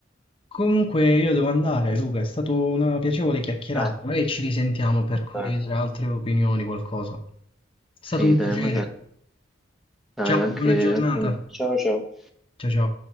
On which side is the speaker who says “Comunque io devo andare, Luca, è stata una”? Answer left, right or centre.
Left